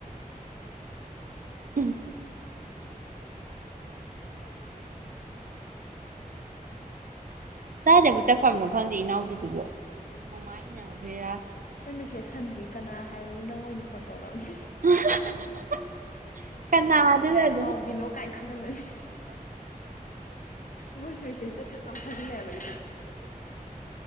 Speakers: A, on the right (about 65°); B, on the left (about 65°).
A: <unintelligible> ꯀꯗꯥꯏꯗꯕꯨ ꯆꯠꯈ꯭ꯔꯕꯅꯣ ꯈꯪꯗꯦ ꯏꯅꯥꯎꯗꯤꯗꯨꯕꯨ ꯃꯃꯥ ꯏꯟꯅꯈ꯭ꯔꯦꯔꯥ
B: ꯑꯩ ꯃꯦꯁꯦꯁ ꯍꯟꯗ꯭ꯔꯤ ꯀꯅꯥ ꯍꯥꯏꯕꯅꯣ ꯅꯪ ꯑꯣꯏꯅ ꯐꯣꯟ ꯇꯧꯔꯛꯑꯕꯅꯤ
A: <unintelligible> ꯀꯅꯥꯗꯨꯅ
B: ꯀꯅꯥꯏ
A: ꯑꯗꯨꯝ
B: ꯑꯉꯥꯎꯕꯤꯅꯣ ꯀꯥꯏꯅ ꯈꯜꯂꯝꯃꯅꯤ ꯃꯣꯏꯁꯨ ꯃꯦꯁꯦꯁꯀ ꯊꯛ ꯂꯥꯎꯅꯥ ꯊꯥꯖꯜꯂꯦꯕ ꯑꯩ